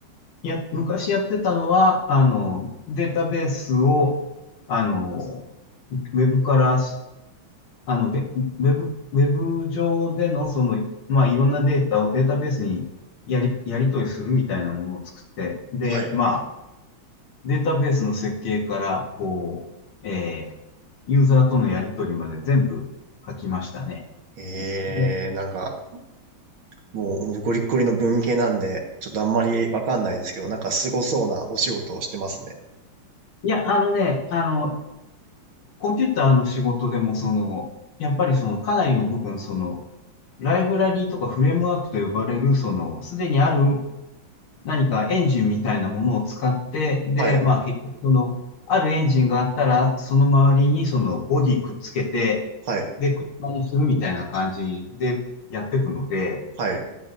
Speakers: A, on the left; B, on the right.
A: や、昔やってたのは、あの、データベースを、あの、ウェブから、あの、で、ウェブ、ウェブ上での、その、まあ、いろんなデータをデータベースにやり、やり取りするみたいなものを作って、で、
B: はい。
A: まあ、データベースの設計から、こう、えーユーザーとのやり取りまで全部書きましたね。
B: ええーなんか
A: で
B: もうゴリッゴリの文系なんで、ちょっとあんまりわかんないですけど、なんかすごそうなお仕事をしてますね。
A: いや、あのね、あの、コンピューターの仕事でも、その、やっぱりその、かなりの部分、その、ライブラリーとかフレームワークと呼ばれる、その、すでにある何かエンジンみたいなものを使って、で、
B: はい、
A: まあ結局その、あるエンジンがあったら、その周りにそのボディくっつけて、
B: はい、
A: で、車にするみたいな感じでやっていくので、
B: はい、